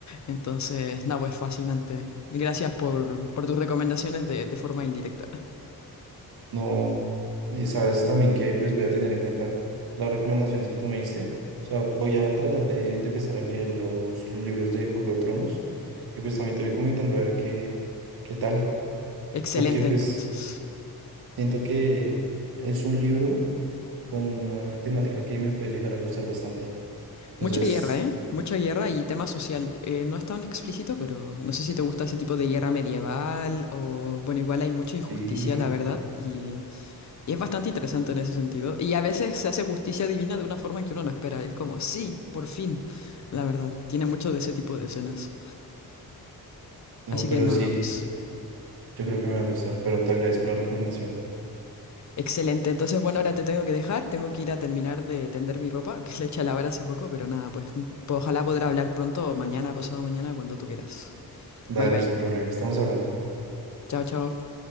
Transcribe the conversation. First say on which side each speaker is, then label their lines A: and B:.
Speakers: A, on the left; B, on the right.
A: Entonces, nada, pues fascinante. Gracias por, por tus recomendaciones de, de forma indirecta.
B: No, y sabes también que pues voy a tener en cuenta las recomendaciones que tú me diste. O sea, voy a tratar de, de empezar a leer los libros de Juego de Tronos y pues también te voy comentando a ver qué, qué tal,
A: Excelente,
B: porque pues
A: entonces.
B: siento que es un libro con una temática que me puede llegar a gustar bastante. Entonces,
A: Mucha guerra, ¿eh? Mucha guerra y tema social. Eh, no es tan explícito, pero no sé si te gusta ese tipo de guerra medieval o, bueno, igual hay mucha injusticia,
B: sí,
A: la verdad, y Y es bastante interesante en ese sentido. Y a veces se hace justicia divina de una forma que uno no espera. Es como, sí, por fin. La verdad, tiene mucho de ese tipo de escenas.
B: no,
A: Así
B: pero
A: que nada,
B: sí,
A: pues.
B: yo creo que me va a gustar, pero te agradezco la recomendación.
A: Excelente. Entonces, bueno, ahora te tengo que dejar. Tengo que ir a terminar de tender mi ropa, que le eché a lavar hace poco, pero nada, pues ojalá podrá hablar pronto, o mañana, pasado mañana, cuando tú quieras.
B: Dale,
A: Bye bye.
B: sin problema, estamos hablando.
A: Chao, chao.